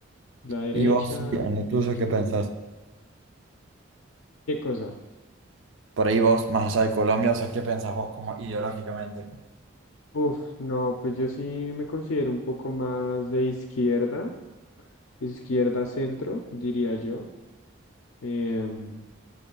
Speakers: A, on the left (about 75°); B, on the right (about 70°).
A: La derecha
B: ¿Y vos, en lo
A: y la
B: tuyo,
A: izquierda.
B: qué pensás?
A: ¿Qué cosa?
B: Por ahí vos, más allá de Colombia, o sea, ¿qué pensás vos como ideológicamente?
A: Uf, no, pues yo sí me considero un poco más de izquierda. Izquierda, centro, diría yo. Em,